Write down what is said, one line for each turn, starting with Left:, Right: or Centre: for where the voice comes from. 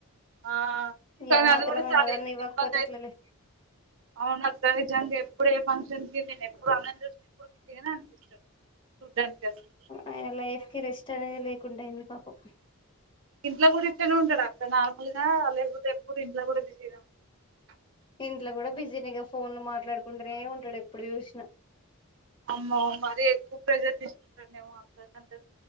Right: ఆ
Left: ఇగ
Right: కానీ
Left: ఆ మాత్రం
Right: అది కూడా చాల
Left: అదన్నా ఇవ్వకపోతే
Right: ఇబ్బంది అయితుంది
Left: ఎట్లలే
Right: అవును అక్క విజాం చెప్పావ్ ఇప్పుడ ఫంక్షన్ కి నేను ఎప్పుడు అన్నం చూసినప్పుడు అనిపిస్తాడు చూడ్డానికి అసలు ఎప్పుడు
Left: అయన
Right: బిజీ
Left: లైఫ్ కి రెస్ట్ అనేది లేకుండా అయింది పాపం
Right: ఇంట్లో కూడా ఇట్లనే ఉంటాడాఅక్క నార్మల్ గా లేకపోతే ఎప్పుడు ఇంట్లో కూడా బిజగా ఉంట
Left: ఇంట్లో కూడా బిజీనిగా ఫోన్లు మాట్లాడుకుంటూనే ఉంటాడు ఎప్పుడు చూసినా
Right: అమ్మ మర ఎక్కువ ప్రెజర్ తీసుకునే అక్కడంత